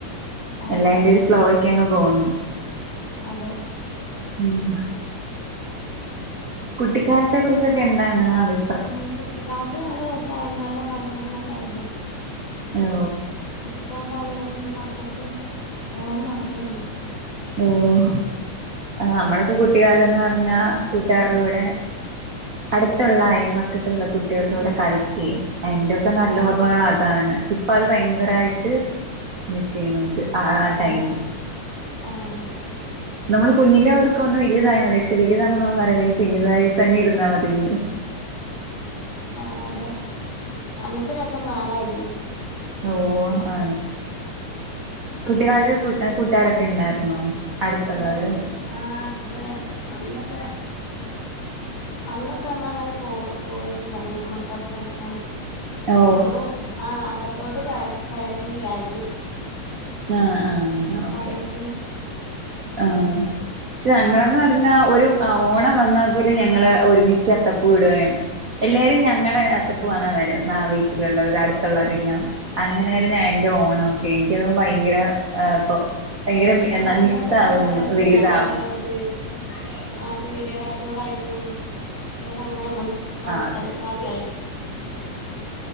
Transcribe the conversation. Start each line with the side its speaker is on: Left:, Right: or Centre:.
Left: അവന
Right: എല്ലാന്റെ ഒരു ഫ്ലോയ്ക്ക് അങ്ങ് പോകുന്നു
Left: അതെ
Right: ഉം കുട്ടിക്കാലത്തെ കുറിച്ചൊക്കെ എന്താണ് അഭി
Left: ഉം കുട്ടിക്കാലത്ത് നല്ല രസമായിരുന്നു നല്ല കളികളന്നൊക്കെ ആയിരുന്നു
Right: ഓ
Left: ഇപ്പം കളികളും മക്കൾക്ക് ഫോണ് മാത്രേള്ളൂ
Right: ഓഹ് നമ്മളൊക്കെ കുട്ടികാലംന്ന് പറഞ്ഞാ കൂട്ടുകാരുടെ കൂടെ അടുത്തുള്ള അയൽപക്കത്തുള്ള
Left: ആഹ്
Right: കുട്ടികളിലൂടെ കളിക്കുകയും അതിന്റെയൊക്കെ
Left: ആഹ്
Right: നല്ല
Left: അതെ
Right: ഓർമ്മകളാ ഇതാണ് ഇപ്പ അത് ഭയങ്കരായിട്ട് മിസ് ചെയ്യുന്നുണ്ട് ആ ടൈം
Left: ആഹ് ആഹ്
Right: നമ്മള് കുഞ്ഞിലെ ർക്ക വന്ന് വലുതായന്ന പക്ഷെ വലിയത ത നമ്മൾ പറയ കുഞ്ഞു തായി തന്നെ ഇരന്നാ മതിന്ന്
Left: ആഹ് അതെ അന്നത്തെ രസം മാറായിരുന്നു
Right: ഓഹ് ആ കുട്ടികാലത്ത് കൂട്ടുകാരൊക്കെ ഉണ്ടായിരുന്നോ അടുത്തുള്ളവരും
Left: ഓഹ് കൊട്ട ആഹ് അത് അന്നൊക്കെ അന്നൊക്കെ നമ്മള അങ്ങനെ പോ പോവലുണ്ടായി മക്കളക്ക കളിക്കാൻ
Right: ഓ
Left: നമ്മള് മു ആ അകത്തോട്ട് കേ കയറലില്ലായിരുന്നു
Right: ആഹ് ആഹ്
Left: നമ്മള്
Right: ഓക്കെ
Left: കാര്യായിട്ട്
Right: ആഹ് ച്ച് ഞങ്ങളെന്ന് പർണാ ഒര് ആ ഓണം വന്നാൽ പോലും ഞങ്ങൾ ഒര്മിച്ച് അത്തപ്പൂ ഇടുകെയും എല്ലാരും ഞങ്ങടെ അത്തപ്പൂ കാണാൻ വെരും ന്നാ വീ ട്ടിലുള്ള വെരും അടുത്ത് ഉള്ളവരെല്ലാം അങ്ങനെ ഞാ എന്റെ ഓണം ഒക്കെ എനിക്കെത് ഭയങ്കര ഏഹ് ഇപ്പം ഭയങ്കരം
Left: ആഹ്
Right: എന്നാ
Left: അന്നത്തെ
Right: മിസ്സ്
Left: കാലത്ത്
Right: ആകുന്നു
Left: നല്ല രസായി
Right: വെല്താവും
Left: നമ്മള് <unintelligible> ആഹ് പീടെ കച്ചോടായിട്ടും ഇതൊക്കെ ഇങ്ങനെ ഞമ്മെൾ കളി
Right: അത്
Left: കളിക്കാ <inaudible>